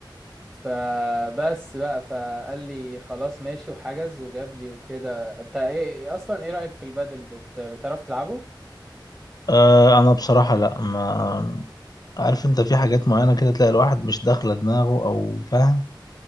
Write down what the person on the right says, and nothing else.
فبس بقى فقال لي خلاص ماشي وحجز وجاب لي وكده انت ايه اصلا ايه رأيك في البدل بت... بتعرف تلعبه